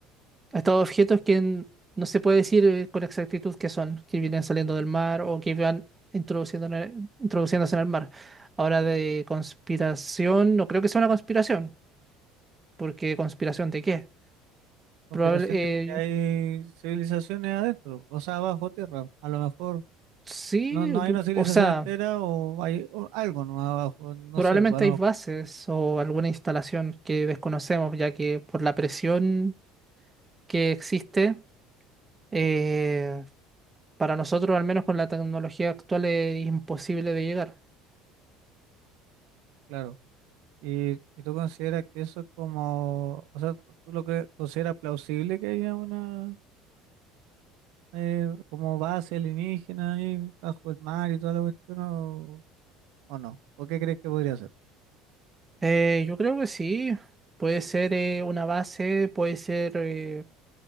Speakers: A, on the right; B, on the right.
A: estos objetos que n- no se puede decir eh, con exactitud qué son, que vienen saliendo del mar o que van introduciendo en el- introduciéndose en el mar. Ahora de conspiración, no creo que sea una conspiración porque conspiración de qué?
B: conspiración
A: Probable, eh,
B: de que hay civilizaciones adentro, o sea, bajo tierra, a lo mejor.
A: sí,
B: No, no hay una civilización
A: o sea,
B: entera o hay o algo nomás abajo, no
A: probablemente
B: sé, bueno,
A: hay bases o alguna instalación que desconocemos, ya que por la presión que existe, eh, para nosotros, al menos con la tecnología actual, es imposible de llegar.
B: claro. Y, y tú consideras que eso es como, o sea, tú lo que consideras plausible que haya una eh, como base alienígena ahí bajo el mar y toda la cuestión o, o no? ¿O qué crees que podría ser?
A: Eh, yo creo que sí, puede ser eh, una base, puede ser eh,